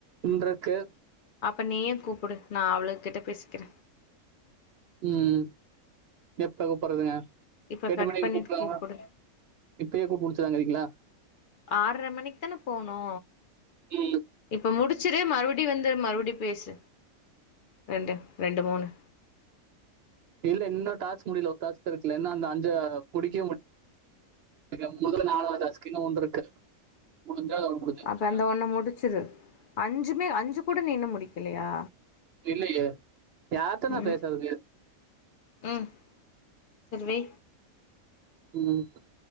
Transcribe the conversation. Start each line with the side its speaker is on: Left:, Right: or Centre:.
Right: இன்றக்கு
Left: அப்ப நீயே கூப்புடு நா அவளுகிட்ட பேசிக்கிற
Right: ம் எப்ப கூப்பறதுங்க
Left: இப்ப
Right: எட்டு
Left: கட்
Right: மணிக்கு
Left: பண்ணிட்டு
Right: கூப்றாங்க
Left: கூப்புடு
Right: இப்பேயே கூப் முட்ச்சுறாங்கறீங்ளா
Left: ஆற்ர மணிக் தான போனு
Right: ம்
Left: இப்போ முடிச்சிரு மறுபடியு வந்து மறுபடி பேசு ரெண்டு ரெண்டு மூணு
Right: இல்ல இன்ன டாஸ்க் முடியல ஒரு டாஸ்க் தெர்க்ல இன்னா அந்த அஞ்ச முடிக்க முட் க்ல மொதல்ல நாளாது டாஸ்கே இன்னு ஒன்ருக்கு முடிஞ்சா முடிஞ்சு
Left: அப்ப அந்த ஒண்ண முடிச்சிரு அஞ்சுமே அஞ்சு கூட நீ இன்னு முடிக்கலயா
Right: இல்லயே யார்ட்ட நா
Left: ம்
Right: பேசறது
Left: ம் சேரி வை
Right: ம்